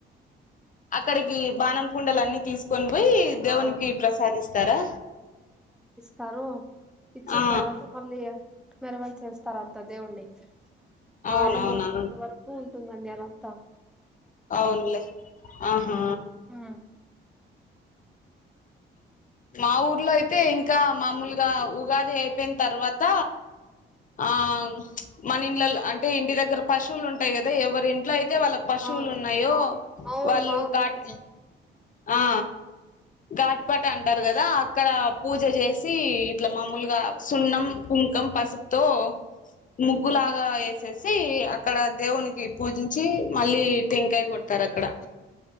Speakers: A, on the left (about 40°); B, in the centre.
A: అక్కడికి బాణం కుండలన్ని తీసుకొని పోయి దేవునికి
B: ఆ
A: ప్రసాదిస్తారా?
B: తారు ఇచ్చిన
A: ఆ
B: తర్వాత మళ్ళీ మెరవని చేస్తారు అంత దేవున్ని మార్నింగ్
A: అవునవునా
B: ఒగ్గట్ట వరకు ఉంటుందండి అలా త
A: అవునులే ఆహా
B: ఆ
A: మా ఊర్లో అయితే ఇంకా మామూలుగా ఉగాది అది అయిపోయిన తర్వాత ఆ మన ఇండ్లలో అంటే ఇంటి దగ్గర పశువులుంటాయి కదా ఎవరింట్లో అయి తే వాళ్ళకి పశువులు
B: అవును
A: ఉన్నాయో
B: అవును
A: వాళ్ళు
B: మా ఊర్లో
A: గాది
B: కూడా చే
A: ఆ ఘాటుపట అంటారు కదా అక్కడ పూజ చేసి ఇట్లా మామూలుగా సున్నం, కుంకం, పసుపుతో ముగ్గులాగ ఏస్ చేసి అక్కడ దేవునికి పూజించి మళ్ళీ టెంకాయ కొడతారు అక్కడ